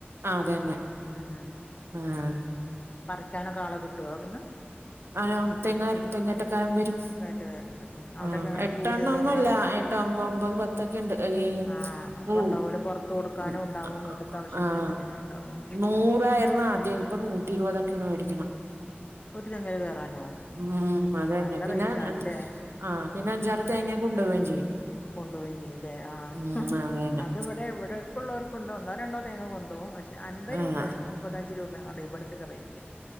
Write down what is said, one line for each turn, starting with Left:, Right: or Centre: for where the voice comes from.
Right: ആഹ് അതന്നെ
Left: ആഹ് ആഹ്
Right: ആഹ്
Left: പറിക്കാനൊക്കെ ആളെ കിട്ടോ അവിടുന്ന്
Right: ആഹ് തങ്ങ് തെങ്ങാറ്റക്കാരം വരും
Left: കയറ്റി വരണ്ട് ഉം അവിടെയൊക്കെ
Right: ആഹ്
Left: എങ്ങനെ
Right: എട്ടെണ്ണോന്നല്ല
Left: കൂലിയൊക്കെ എങ്ങനെയാ
Right: എട്ട്മ്പമ്പത് പത്തൊക്കെണ്ട് ഏ
Left: ആഹ് അപ്പൊ
Right: വൂ
Left: ഉണ്ടാവൂലോ പൊറത്ത് കൊടുക്കാനും
Right: ആഹ്
Left: ഉണ്ടാവും വീട്ട്ത്തെ ആവശ്യത്തിന്
Right: ആഹ്
Left: എല്ലാത്തിനും ഉണ്ടാവും
Right: നൂറായിനു ആദ്യം ഇപ്പൊ നൂറ്റി ഇരുപതൊക്കെയാണ് മേടിക്കണം
Left: ഒരു തെങ്ങിൽ കേറാനോ?
Right: ഉം അത്തന്നെ
Left: നല്ല
Right: പിന്നെ
Left: റേറ്റ് ആണ്ല്ലേ
Right: ആ പിന്നെ അഞ്ചാറ് തേങ്ങേ കൊണ്ടുപോകേം ചെയ്യും
Left: കൊണ്ടുപോയും ചെയ്യൂലേ ആഹ്
Right: ഉം അതന്നെ
Left: അത് വിടെ ഇവിടെർക്കുള്ളോർക്കുണ്ട് ഒന്നോ രണ്ടോ തേങ്ങ കൊണ്ടോകും പക്ഷെ അൻപത്
Right: ആ
Left: രൂപയാ മുപ്പത്തിഞ്ച് രൂപങ്ങണ്ട ഇവിടത്തെക്കെ റേറ്റ്